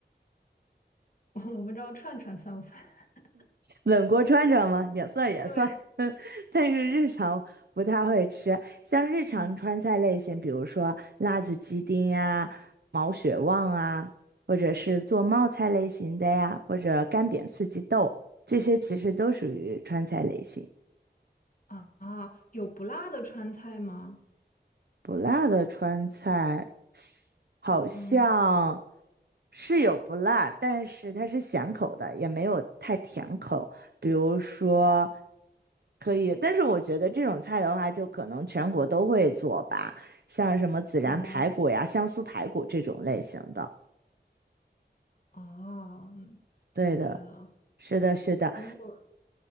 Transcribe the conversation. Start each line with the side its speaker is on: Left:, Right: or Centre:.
Left: <laughs> 我不知道串串算不算。<laughs>
Right: 冷锅穿着吗？也算也算，
Left: 对，
Right: <laughs> 但是日常不太会吃。像日常川菜类型，
Left: 嗯
Right: 比如说辣子鸡丁呀、毛血旺啊，或者是做冒菜类型的呀，或者干煸四季豆，这些其实都属于川菜类型。
Left: 啊啊，有不辣的川菜吗？
Right: 不辣的川菜好像
Left: 嗯
Right: 是有不辣，但是它是咸口的，也没有太甜口。比如说。可以，但是我觉得这种菜的话，就可能全国都会做吧，像什么孜然排骨呀、
Left: 哦。
Right: 香酥排骨这种类型的。
Left: 哦，嗯明白了。
Right: 对的，是的，是的。
Left: 如果